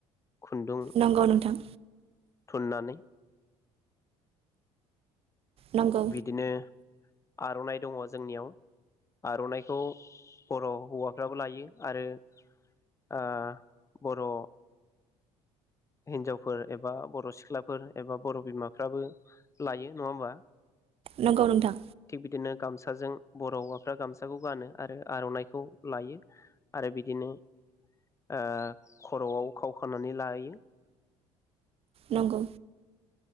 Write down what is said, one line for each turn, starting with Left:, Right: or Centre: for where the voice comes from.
Left: खुन्दुं
Right: नंगौ नोंथां।
Left: थुननानै
Right: नंगौ
Left: बिदिनो आर'नाइ दङ जोंनियाव आर'नाइखौ बर' हौवाफ्राबो लायो आरो ओ बर' हिनजावफोर एबा - बर' सिख्लाफोर एबा बर' बिमाफ्राबो लायो नङा होमबा
Right: नंगौ नोंथां
Left: थिग बिदिनो गामसाजों बर' हौवाफ्रा गामसाखौ गानो आरो आर'नाइखौ लायो आरो बिदिनो ओ खर'आव खावखानानै लायो।
Right: नंगौ